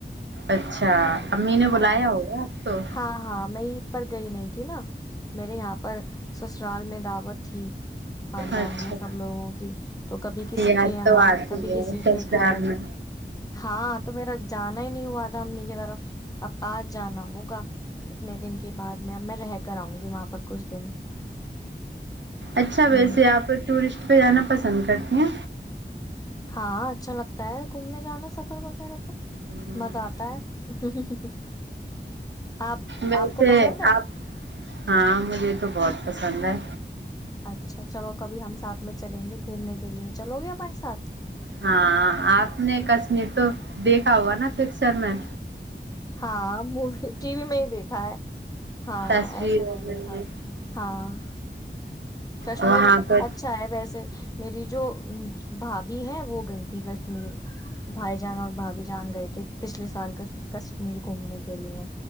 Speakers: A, on the right; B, on the left.
A: اچھا امی نے
B: ہاں
A: بلایا ہوگیا اب تو
B: ہاں ہاں میں عید پر گئی نہیں تھی نا میرے یہاں پر سسرال میں دعوت تھی خاندان
A: اچھا
B: میں سب لوگوں کی تو کبھی کسی
A: یاد
B: کے یہاں
A: تو آتی
B: کبھی
A: ہے
B: کسی
A: سسرال
B: کے گھر
A: میں
B: ہاں تو میرا جان ہی نہیں ہوا تھا امی کی طرف اب آج جانا ہوگا اتنے دن کے بعد میں میں رہ کر آؤں گی وہاں پر کچھ دن
A: اچھا
B: ہوں
A: ویسے آپ ٹورسٹ پہ جانا پسند کرتی ہیں
B: ہاں اچھا لگتا ہے گھومنے جانا سفر وغیرہ پر
A: ہمم،
B: مزہ آتا ہے آپ
A: ویسے
B: آپ کو پسند ہے
A: آپ ہاں مجھے تو بہت پسند ہے
B: اچھا چلو کبھی ہم ساتھ میں چلیں گے گھومنے کے لیے چلو گے ہمارے ساتھ
A: ہاں آپ نے کشمیر تو دیکھا ہوا نا پکچر میں
B: ہاں موی ٹی وی میں ہی دیکھا ہے ہاں
A: تصویروں
B: ایسے نہیں
A: میں
B: دیکھا ہاں کشمیر
A: وہاں پہ
B: اچھا ہے ویسے میری جو بھابھی ہیں وہ گئی تھی کشمیر بھائی جان اور بھابھی جان گئے تھے پچھلے سال کش کشمیر گھومنے کے لیے